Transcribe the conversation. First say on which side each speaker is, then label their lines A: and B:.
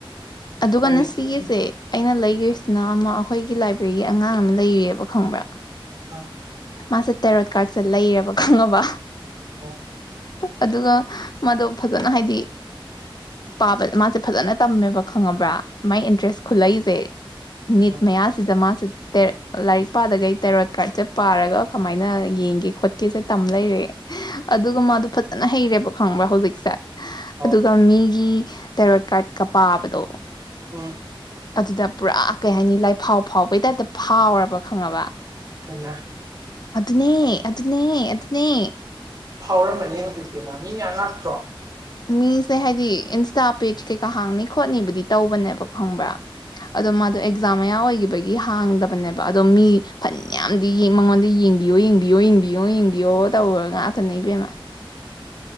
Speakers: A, on the left; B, on the right.
A: ꯑꯗꯨꯒꯅ
B: ꯇꯧꯅꯤꯡꯕꯒꯤ
A: ꯁꯤꯒꯤꯁꯦ ꯑꯩꯅ ꯂꯩ ꯌꯨꯁꯅꯥ ꯑꯃ ꯑꯩꯈꯣꯏꯒꯤ ꯂꯥꯏꯕ꯭ꯔꯦꯔꯤꯒꯤ ꯑꯉꯥꯡ ꯑꯃ ꯂꯩꯔꯤꯑꯕ ꯈꯪꯕ꯭ꯔꯥ
B: ꯑ
A: ꯃꯥꯁꯦ ꯇꯦꯔꯣꯠ ꯀꯥꯔꯠꯁꯗ ꯂꯩꯔꯕ ꯈꯪꯉꯕ
B: ꯑꯣ
A: ꯑꯗꯨꯒ ꯃꯥꯗꯣ ꯐꯖꯅ ꯍꯥꯏꯗꯤ ꯄꯥꯕ ꯃꯥꯁꯦ ꯐꯖꯅ ꯇꯝꯃꯦꯕ ꯈꯪꯉꯕ꯭ꯔꯥ ꯃꯥꯏ ꯏꯟꯇꯔꯦꯁ ꯈꯨꯠꯂꯛꯏꯁꯦ ꯅꯤꯠ
B: ꯑ
A: ꯃꯌꯥꯁꯤꯗ ꯃꯥꯁꯤꯦ ꯂꯥꯏꯔꯤꯛ ꯄꯥꯗꯒꯩ ꯇꯦꯔꯣꯠ ꯀꯥꯔꯠꯁꯦ ꯄꯥꯔꯒ ꯀꯃꯥꯏꯅ ꯌꯦꯡꯒꯦ ꯈꯣꯠꯀꯦꯁꯦ ꯇꯝ ꯂꯩꯔꯦ ꯑꯗꯨꯒ ꯃꯥꯗꯣ ꯐꯖꯅ ꯍꯩꯔꯦ ꯈꯪꯕ꯭ꯔꯥ ꯍꯧꯖꯤꯛꯁꯦ
B: ꯑꯧ
A: ꯑꯗꯨꯒ ꯃꯤꯒꯤ ꯇꯦꯔꯣꯠ ꯀꯥꯔꯠꯀ ꯄꯥꯕꯗꯣ
B: ꯎꯝ
A: ꯑꯗꯨꯗ ꯄꯨꯔꯥ ꯀꯩ ꯍꯥꯏꯅꯤ ꯂꯥꯏꯐꯥꯎ ꯐꯥꯎꯕꯩ ꯇꯥꯏꯞꯇ ꯐꯥꯎꯔꯕ ꯈꯪꯉꯕ
B: ꯍꯩꯃꯥ
A: ꯑꯗꯨꯅꯦ ꯑꯗꯨꯅꯦ ꯑꯗꯨꯗꯅꯦ
B: ꯐꯥꯎꯔꯝꯃꯅꯤ ꯍꯧꯖꯤꯛꯇꯤꯅ ꯃꯤ ꯃꯌꯥꯝ ꯉꯥꯛꯇ꯭ꯔꯣ
A: ꯃꯤꯁꯦ ꯍꯥꯏꯗꯤ ꯏꯟꯁꯇꯥ ꯄꯦꯖ ꯀꯩꯀꯥ ꯍꯥꯡꯅꯤ ꯈꯣꯠꯅꯤꯕꯨꯗꯤ ꯇꯧꯕꯅꯦꯕ ꯈꯪꯕ꯭ꯔꯥ ꯑꯗ ꯃꯥ ꯑꯗꯨ ꯄꯛꯖꯥꯝ ꯃꯌꯥ ꯑꯣꯏꯈꯤꯕꯒꯤ ꯍꯥꯡꯗꯕꯅꯦꯕ ꯑꯗꯣ ꯃꯤ ꯐꯟ ꯌꯥꯝꯗꯤ ꯃꯉꯣꯟꯗ ꯌꯦꯡꯕꯤꯌꯣ ꯌꯦꯡꯕꯤꯌꯣꯡ ꯍꯡꯕꯤꯌꯣ ꯍꯡꯕꯤꯌꯣ ꯇꯧꯈꯔꯒ ꯉꯥꯛꯇꯅ ꯏꯕꯦꯝꯃ